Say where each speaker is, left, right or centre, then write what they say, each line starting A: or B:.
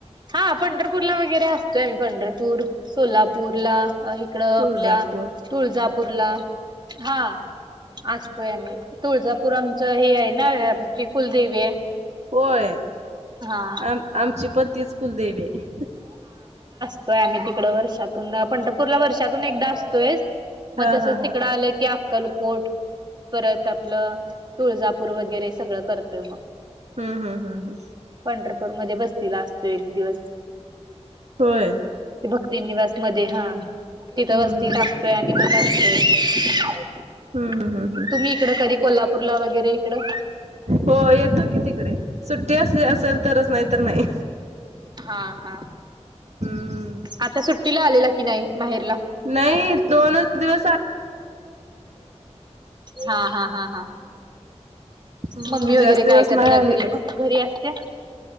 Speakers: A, on the right (about 40°); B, on the right (about 70°).
A: हा पंढरपूरला वगैरे असतोय, पंढरपूर, सोलापूरला. ई इकडं
B: तुळजापूर
A: आपल्या, तुळजापूरला. हा. असतोय आम्ही. तुळजापूर आमचं हे आहे ना. आमची कुलदेवीये.
B: होय
A: हा.
B: आम आमची पण तीच कुलदेवीये.
A: होय. आम्ही तिकडं वर्षातून पंढरपूरला वर्षातून एकदा असतोय. मग
B: हा
A: तसंच
B: हा
A: तिकडं
B: हा
A: आलं की, आ अक्कलकोट परत आपलं तुळजापूर वगैरे सगळं करतोय मग.
B: हम् हम हम् हम.
A: पंढरपूरमध्ये बसतीला असतोय एक दिवस.
B: व्हय.
A: भक्ती निवास मध्ये हा, तिथं
B: हम्म
A: वसती
B: हम्म
A: टाकतोय आणि <unintelligible>
B: हम्म हम्म
A: तुम्ही
B: हम्म हम्म
A: इकडं कधी कोल्हापूरला वगैरे इकडं.
B: हो येतो कि तिकडे सुट्टी असली असेल तरचं नाही तर नाही.
A: हा हा.
B: हम्म.
A: आता सुट्टीला आलेला की नाही. माहेरला.
B: नाही दोनच दिवस आ
A: हा हा हा हा.
B: हम्म
A: मम्मी वगैरे
B: जास्त दिवस
A: काय करत्या
B: नाही
A: घरी
B: आलेले
A: मग. घरी असत्या,